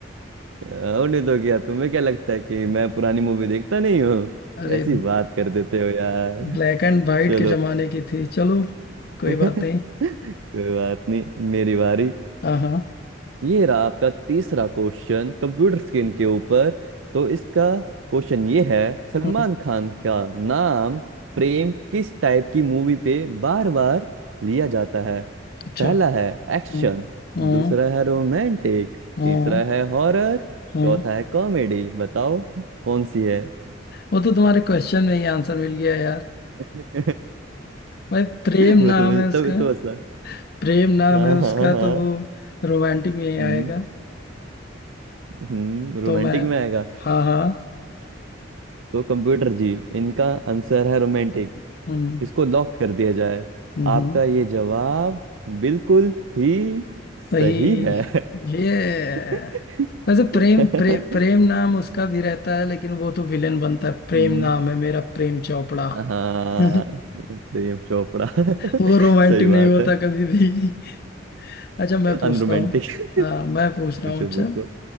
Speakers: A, on the right (about 85°); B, on the left (about 50°).
A: और नहीं तो क्या तुम्हें क्या लगता है कि मैं पुरानी मूवी देखता नहीं हूँ
B: अरे
A: कैसी बात कर देते हो यार
B: ब्लैक एंड वाइट
A: चलो
B: के जमाने की थी चलो कोई
A: <laughs>
B: बात नहीं
A: कोई बात नहीं मेरी बारी
B: हाँ हाँ
A: ये रहा आपका तीसरा क्वेश्चन कंप्यूटर स्क्रीन के ऊपर तो इसका क्वेश्चन ये है सलमान
B: हाँ,
A: खान का नाम प्रेम किस टाइप की मूवी पे बार बार लिया जाता है
B: अच्छा
A: पहला है एक्शन
B: हाँ हाँ
A: दूसरा है रोमांटिक
B: हाँ
A: तीसरा है हॉरर
B: हाँ।
A: चौथा है कॉमेडी बताओ कौन सी है
B: वो तो तुम्हारे क्वेश्चन में ही आंसर मिल गया यार
A: <laughs>
B: भाई प्रेम
A: वो
B: नाम
A: तुम्हें
B: है
A: तभी
B: उसका
A: तो आसान
B: प्रेम नाम
A: हाँ
B: है
A: हाँ
B: उसका
A: हाँ हाँ।
B: तो वो रोमांटिक में ही आएगा
A: हम्म हम्म रोमांटिक
B: तो मैं
A: में आएगा
B: हाँ हाँ
A: तो कंप्यूटर जी इनका आंसर है रोमांटिक
B: हम्म।
A: इसको लॉक कर दिया जाए
B: हम्म,
A: आपका ये जवाब बिल्कुल ही
B: सही
A: सही है
B: ये
A: <laughs>
B: वैसे प्रेम प्रे, प्रेम नाम उसका भी रहता है लेकिन वो तो विलेन बनता है प्रेम
A: हम्म,
B: नाम है मेरा प्रेम चोपड़ा
A: हाँ
B: <laughs>
A: प्रेम चोपड़ा <laughs>
B: वो रोमांटिक
A: सही बात
B: नहीं होता
A: है
B: कभी भी अच्छा मैं पूछता
A: अनरोमांटिक
B: हूँ
A: <laughs>
B: हाँ मैं पूछ
A: पूछो
B: रहा हूँ अच्छा
A: पूछो